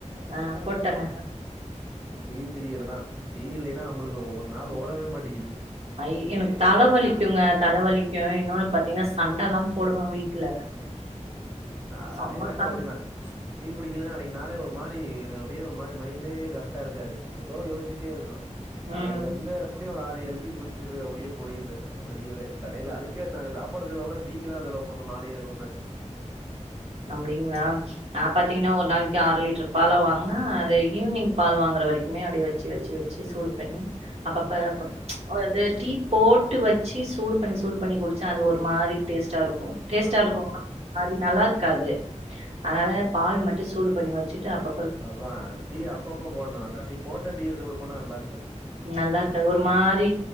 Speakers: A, on the right; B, on the right.
A: ஆ போட்டங்க
B: டீ பிரியர் தா டீ இல்லைன்னா நம்ளுக்கு ஒரு நாள் ஓடவே மாட்டிக்கிது
A: ஐ எனக்கு தல வலிக்குங்க தல வலிக்கு இன்னொன்னு பாத்தீங்கன்னா சண்டல்லா போடுவே வீட்ல
B: நா
A: செம்ம
B: எனக்கு
A: சண்
B: அப்டிதா டீ குடிக்கலன்னா அன்னைக்கு நாளே ஒரு மாரி எனக்கு அப்டியே ஒரு மாரி மைண்டே கரெக்டா இருக்காது ஏதோ யோசிச்சி ட்டே இருக்கு காலையில
A: ம்
B: இருந்து எப்டியு ஒரு ஆறு ஏழு டீ குடிச்சிருவே அப்டியே ஓடிருது வெளியவே கடைல அதுக்கே நாங்க சாப்பாடு செலவோட டீ க்கு தா செலவு பண்றோ நானு எ ரூ
A: அப்டிங்ளா நா பாத்தீங்கன்னா ஒரு நாளைக்கு அர லிட்டர் பால வாங்கனா அது ஈவினிங் பால் வாங்குற வரைக்மே அப்டியே வச்சு வச்சு வச்சு சூடு பண்ணி அப்பப்ப அப்பப்ப
B: ஆ
A: அந்த டீ போட்டு வச்சு சூடு பண்ணி சூடு பண்ணி குடிச்சா அது ஒரு மாரி டேஸ்டா இருக்கு டேஸ்டா
B: ஆமா
A: இருக்கும்னா
B: ஆமா
A: மாரி நல்லா இருக்காது அதனால பால் மட்டு சூடு பண்ணி வச்சுட்டு அப்ப
B: அதா டீ அப்பப்ப போட்ணு அந்த டீ போட்ட டீய சூடு பண்ணா நல்லா இருக்காது
A: நல்லா இருக்காது ஒரு மாரி
B: ஆ